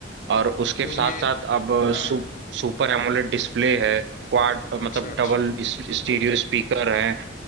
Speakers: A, on the right; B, on the left.
A: और उसके
B: तो
A: साथ
B: ये
A: साथ अब
B: हाँ
A: सु, सुपर एमोलेड डिस्प्ले है क्वाड मतलब
B: अच्छा अच्छा
A: डबल स्टीरियो स्पीकर है